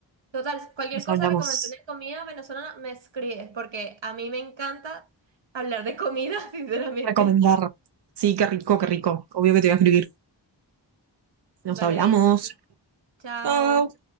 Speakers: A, on the right; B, on the right.
A: Total, cualquier
B: Nos
A: cosa,
B: hablamos.
A: recomendación de comida venezolana, me escribes, porque a mí me encanta hablar de comida, <laughs> sinceramente.
B: Recomendar. Sí, qué rico, qué rico. Obvio que te voy a escribir. Nos
A: Vale,
B: hablamos.
A: bien, entonces, chao.
B: Chao.